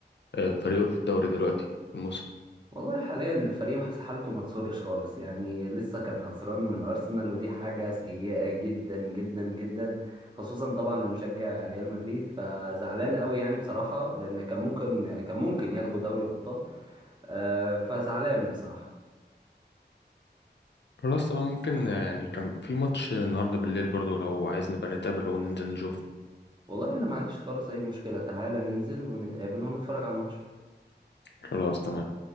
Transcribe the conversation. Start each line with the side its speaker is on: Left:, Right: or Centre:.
Left: آه، فريقه في الدوري دلوقتي الموسم
Right: والله حاليا الفريق حس- حالته ما تسرش خالص يعني لسه كان خسران من ارسنال ودي حاجه سيئه جدا جدا جدا خصوصا طبعا لمشجع ريال مدريد فزعلان قوي يعني بصراحه لان كان ممكن كان ممكن ياخدوا دوري الابطال آه، فزعلان بصراحه
Left: خلاص تمام ممكن آه، يعني كان في ماتش النهارده بالليل برضو لو عايز نبقى نتقابل وننزل نشوف
Right: والله انا ما عنديش خالص اي مشكله تعالى ننزل ونتقابل ونتفرج على الماتش
Left: خلاص تمام